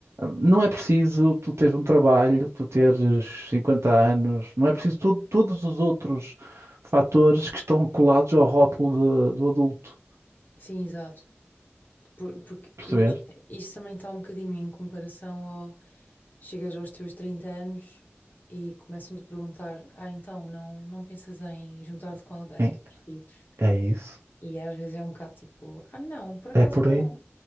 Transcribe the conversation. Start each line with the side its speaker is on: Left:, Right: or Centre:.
Right: não é preciso tu teres um trabalho, tu teres 50 anos, não é preciso tu- todos os outros fatores que estão colados ao rótulo de- do adulto.
Left: sim, exato. Por- porque
Right: Percebeste?
Left: imagina, isso também está um bocadinho em comparação ao chegas aos teus 30 anos e começam-te a perguntar: ah, então não, não pensas em juntar-te com alguém,
Right: É,
Left: ter filhos?
Right: é isso.
Left: E às vezes é um bocado tipo: ah, não, por acaso
Right: É por
Left: não,
Right: aí.